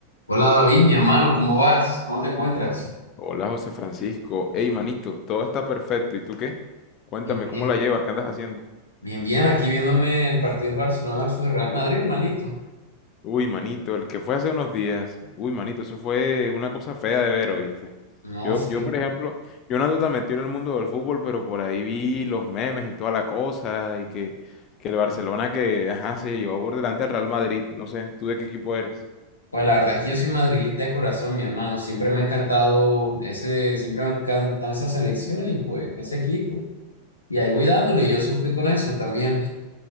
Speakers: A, on the left (about 80°); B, on the left (about 35°).
A: Hola David, mi hermano, ¿cómo vas? ¿Cómo te encuentras?
B: Hola José Francisco. Hey manito, todo está perfecto. ¿Y tú qué? Cuéntame,
A: Bien, bien.
B: ¿cómo la llevas? ¿Qué andas haciendo?
A: Bien, bien, aquí viéndome el partido del Barcelona versus el Real Madrid, manito.
B: Uy, manito, el que fue hace unos días. Uy, manito, eso fue una cosa fea de ver, ¿oíste?
A: No,
B: Yo, yo,
A: sí.
B: por ejemplo, yo no ando tan metido en el mundo del fútbol, pero por ahí vi los memes y toda la cosa, y que, que el Barcelona que, ajá, se llevó por delante al Real Madrid. No sé, ¿tú de qué equipo eres?
A: Pues la verdad es que yo soy madrilita de corazón, mi hermano. Siempre me ha encantado ese, siempre me ha encantado esa selección y pues ese equipo. Y ahí voy dándole, yo sufrí con eso también.